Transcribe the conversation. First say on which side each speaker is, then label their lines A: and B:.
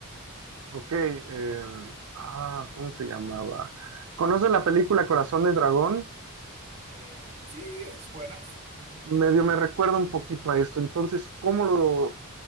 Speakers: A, on the right (about 75°); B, on the right (about 30°).
A: Ok, eh, ah, ¿cómo se llamaba? ¿Conoces la película Corazón de Dragón?
B: Eh, sí, es buena. Ujú,
A: Medio me recuerda un poquito a esto. Entonces, ¿cómo lo...